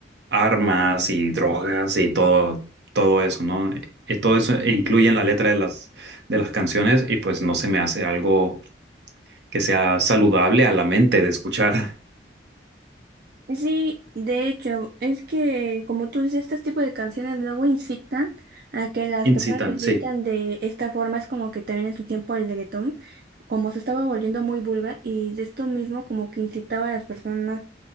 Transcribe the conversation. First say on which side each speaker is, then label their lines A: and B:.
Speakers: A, on the right; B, on the right.
A: armas y drogas y todo, todo eso, ¿no? Y todo eso incluye en la letra de las, de las canciones y pues no se me hace algo que sea saludable a la mente de escuchar.
B: Sí, de hecho, es que como tú dices, este tipo de canciones luego incitan a que las
A: <laughs> Incitan,
B: personas se sientan
A: sí.
B: de esta forma, es como que también en su tiempo el reggaetón, como se estaba volviendo muy vulgar y de esto mismo como que incitaba a las personas